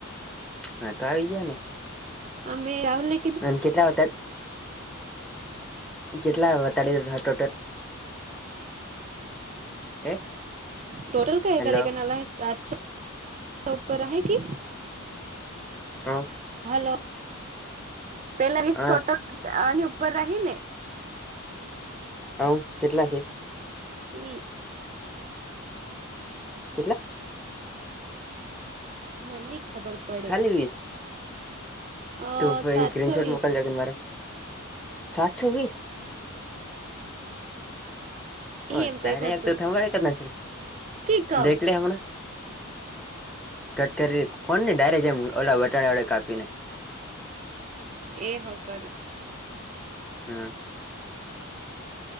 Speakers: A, in the centre; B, on the right (about 35°).
A: હા તો આવી ગ્યા ને?
B: અમે રાહુલને
A: અને કેટલા વટા કેટલા વટાડયા ટોટલ? એ
B: ટોટલ કે
A: હેલો
B: કે ના ના આજ છે? ઉપર હહે કે?
A: હા.
B: હાલો, પેલા ની સ્ટોટલ
A: હા
B: આની ઉપર રહી ને?
A: હવ, કેટલા છે?
B: વીસ.
A: કેટલા?
B: મન ની ખબર. પડે
A: ખાલી વિસ
B: અ
A: તું ભઇ
B: સાતસો
A: સ્ક્રીન શોર્ટ
B: વીસ
A: મોકલજે મારે સાતસો વીસ? ઓ
B: એમ
A: ત્યારે
B: કઈક હતું
A: તો થભવા ના
B: કે કમ
A: દેખલે હમણા કટ કરી ફોન ને ડાયરેક્ટ એમ ઓલા <inaudible> કાપી ને. <inaudible>
B: એ હો કરું.
A: હમ.